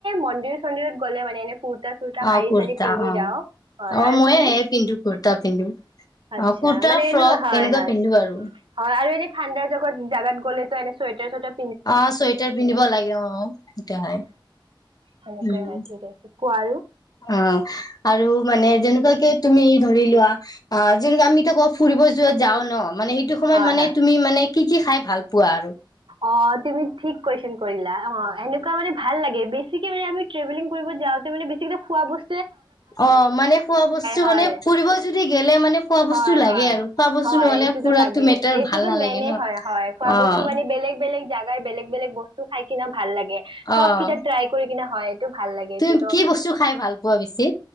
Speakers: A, on the right; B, on the left.
A: মন্দিৰ চন্দিৰত গ'লে মানে এনে কুৰ্তা চুৰ্তা শাৰী
B: অ', কুৰ্তা
A: চাৰী পিন্ধি
B: অ',
A: যাওঁ হয়
B: অ',
A: আৰু
B: ময়ে
A: তুমি?
B: এয়ে পিন্ধো কুৰ্তা পিন্ধো। অ',
A: আচ্ছা
B: কুৰ্তা,
A: মানে
B: ফ্ৰক
A: এনে হয়
B: এনেকুৱা
A: হয়
B: পিন্ধো আৰু।
A: হয় আৰু এনে ঠাণ্ডা জগত, জগাত গ'লেটো এনে চুৱটাৰ চেটাৰ
B: অ', চুৱেটাৰ পিন্ধিব লাগে অ', সেইটো হয়,
A: সেনেকুৱাই
B: উম,
A: হয় ঠিক আছে কোৱা আৰু
B: অ', আৰু মানে যেনেকুৱাকে তুমি ধৰি লোৱা অ', যেনেকুৱা আমিটো কওঁ, ফুৰিব যোৱাত যাওঁ ন মানে সেইটো সময়ত
A: হয়
B: মানে
A: হয়
B: তুমি মানে কি, কি খাই ভাল পোৱা আৰু?
A: অ', তুমি ঠিক কুৱেশচন কৰিলা। অ', এনেকুৱা মানে ভাল লাগে বেছ <unintelligible> আমি ট্ৰেভেলিং কৰিব যাওঁতে মানে বেছি খোৱা বচ
B: অ' মানে খোৱা বস্তু
A: হয়
B: মানে ফুৰিব যদি গেলে মানে খোৱা
A: হয়
B: বস্তু লাগে
A: হয়
B: আৰু খোৱা বস্তু
A: হয়
B: নহ'লে,
A: এইটোতো
B: ফুৰাতো
A: লাগে,
B: মেটাৰ
A: এইটো
B: ভাল
A: টো
B: নালাগে
A: মেইনে
B: ন
A: হয়, হয় খোৱা
B: অ
A: বস্তু মানে বেলেগ বে বেলেগ জেগাৰ, বেলেগ বেলেগ বস্তু খাই কিনে ভাল লাগে।
B: অ',
A: চব কিতাপ ট্ৰাই কৰি কিনে হয়। ভাল লাগে,
B: তুমি
A: এইটো টো!
B: কি বস্তু খাই ভাল পোৱা বেছি?